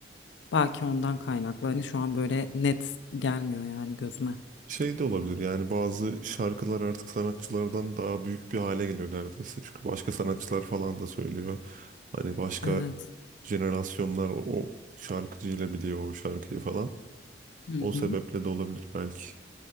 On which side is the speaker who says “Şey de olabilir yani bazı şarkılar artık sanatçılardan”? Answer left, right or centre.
Right